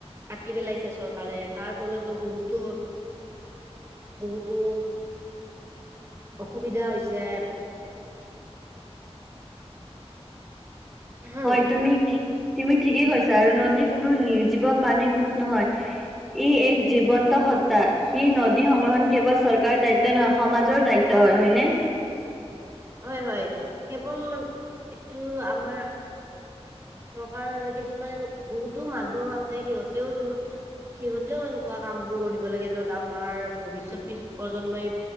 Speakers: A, on the right; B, in the centre.
A: কাটি পেলাইছো চৰকাৰে তাৰ ফলতো বহুতো বহুতো অসুবিধা হৈছে।
B: উ
A: উম,
B: হয় তুমিক তুমি ঠিকেই কৈছা আৰু নদী কোনো নিৰ্জীৱ পানী সুত নহয় ই এক জীৱন্ত সত্তা সি নদী সংগ্ৰহণ কেৱল চৰকাৰৰ দায়িত্ব নহয় সমাজৰ দায়িত্ব হয় হয়নে
A: হয় হয় কেৱল এইটো আমাৰ চৰকাৰৰ কিছুমান এনে বহুতো মানুহ আছে সিহঁতেও সিহঁতেও এনেকুৱা কাম বোৰ কৰিব লাগে যত আমাৰ ভৱিষয়ত প্ৰজন্মই